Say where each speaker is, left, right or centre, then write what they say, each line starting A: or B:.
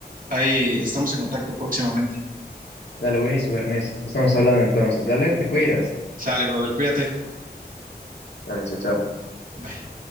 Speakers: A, on the right; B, on the left.
A: Ahí estamos en contacto próximamente.
B: Dale, buenísimo, Ernesto. Estamos hablando entonces. Dale, te cuidas.
A: Sale, brother, cuídate.
B: Dale, chao, chao.
A: Bye.